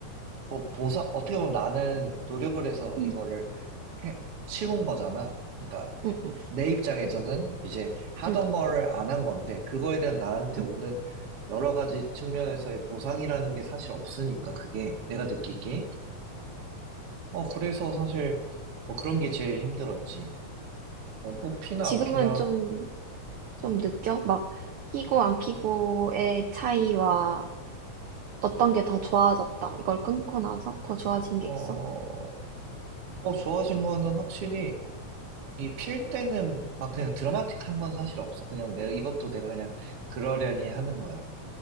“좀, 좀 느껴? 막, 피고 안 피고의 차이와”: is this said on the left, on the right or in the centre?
Right